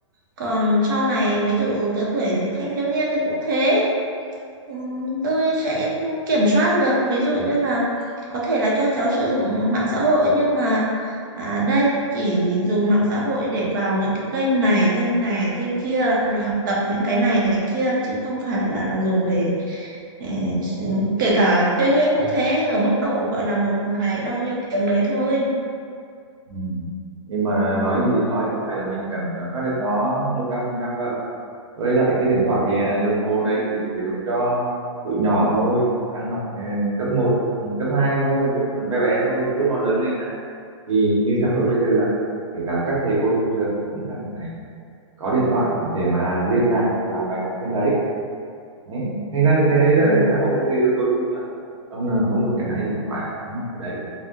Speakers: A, on the right (about 40°); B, on the right (about 75°).
A: Còn sau này ví dụ lứa tuổi thanh thiếu niên thì cũng thế Ừ, Tôi sẽ kiểm soát được ví dụ như là có thể là cho cháu sử dụng mạng xã hội nhưng mà à, đây chỉ dùng mạng xã hội để vào những cái kênh này kênh này kênh kia để học tập những cái này cái kia chứ không phải là dùng để ờ, s- kể cả chơi game cũng thế ở mức độ gọi là một ngày bao nhiêu tiếng đấy thôi
B: ừ. nhưng mà nói gì nói có phải là mình cảm kiểm soát được nó một trăm phần trăm đâu với lại cái điện thoại à, đồng hồ đấy chỉ sử dụng cho tụi nhỏ thôi đang học à, cấp một cấp 2 thôi lúc bé bé thôi còn lúc nó lớn lên á thì như xã hội bây giờ là kể cả các thầy cô trong trường cũng cần phải có điện thoại để mà liên lạc này làm bài tập trên đấy đấy thành ra thì cái đấy là
A: ừ.
B: xã hội bây giờ yêu cầu chung là ông nào có một cái điện thoại và cắm mặt vào đấy